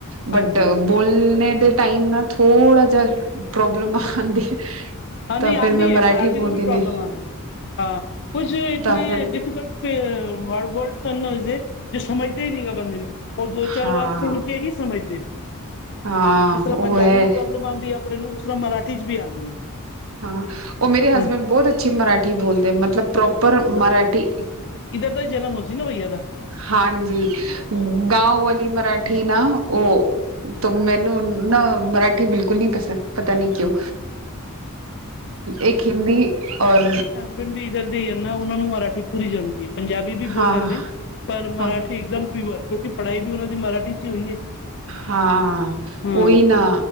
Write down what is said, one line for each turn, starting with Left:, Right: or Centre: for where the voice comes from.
Right: ਬਟ
Left: ਹਾਂਜੀ ਹਾਂਜੀ
Right: ਬੋ ਖੁਲਣੇ ਦੇ ਟਾਈਮ ਨਾ ਥੋੜਾ ਜਿਆ ਪ੍ਰੋਬਲਮ ਹਾਂਦੀ ਹੈ।
Left: ਹਾਂ
Right: ਤਾਂ
Left: ਨੀ
Right: ਫਿਰ
Left: ਆਂਦੀ
Right: ਮੈਂ
Left: ਏ। ਮਰਾਠੀ
Right: ਬੋਲਦੀ
Left: ਨੂੰ ਵੀ ਪ੍ਰੋਬਲਮ
Right: ਨੇ
Left: ਆਂਦੀ। ਹਾਂ ਕੁਝ ਇਤਨੇ
Right: ਤਾਂ ਫਿਰ
Left: ਡਿਫੀਕਲਟ <unintelligible> ਜੋ ਸਮਝਦੇ ਨੀ ਓ ਬੰਦੇ ਨੂੰ ਉਹ ਦੋ ਚਾਰ
Right: ਹਾਂ
Left: ਵਾਰ ਸੁਣ ਕੇ ਹੀ ਸਮਝਦੇ ਨ।
Right: ਹਾਂ
Left: ਜਿਸ ਤਰ੍ਹਾਂ
Right: ਉਹ
Left: ਪੰਜਾਬੀ
Right: ਹੈ
Left: ਨੂੰ ਪ੍ਰੋਬਲਮ ਆਉਂਦੀ ਐ ਅਪਣੇ ਨੂੰ ਉਸ ਤਰ੍ਹਾਂ ਮਰਾਠੀ ਚ ਵੀ ਆਂਦੀ
Right: ਹਾਂ, ਉਹ ਮੇਰੇ ਹਸਬੈਂਡ
Left: ਹਾਂ
Right: ਬਹੁਤ ਅੱਛੀ ਮਰਾਠੀ ਬੋਲਦੇ, ਮਤਲਬ ਪ੍ਰੋਪਰ ਮਰਾਠੀ
Left: ਇੱਧਰ ਦਾ ਜਨਮ ਹੋ ਸੀ ਨਾ ਬਈਆ ਦਾ।
Right: ਹਾਂਜੀ ਗਾਓ ਵਾਲੀ ਮਰਾਠੀ ਨਾ ਉਹ ਮੈਨੂੰ ਨਾ ਮਰਾਠੀ, ਬਿਲਕੁਲ ਨੀ ਪਸੰਦ ਪਤਾ ਨੀ ਕਿਉਂ। ਇੱਕ ਹਿੰਦੀ ਔਰ
Left: ਭਿੰਡੀ ਇੱਧਰ ਦੇ ਏ ਨਾ ਉਹਨਾਂ ਨੂੰ ਮਰਾਠੀ ਪੂਰੀ ਜੰਮਦੀ ਐ। ਪੰਜਾਬੀ ਵੀ
Right: ਹਾਂ
Left: ਬੋਲ ਲੈਂਦੇ ਨੇ, ਪਰ ਮਰਾਠੀ
Right: ਹਾਂ
Left: ਇੱਕਦਮ ਪਿਓਰ ਕਿਉਂਕਿ ਪੜ੍ਹਾਈ ਵੀ ਉਹਨਾਂ ਦੀ ਮਰਾਠੀ ਚ ਹੀ ਹੋਈ ਏ
Right: ਹਾਂ
Left: ਹੂ
Right: ਉਹੀ ਨਾ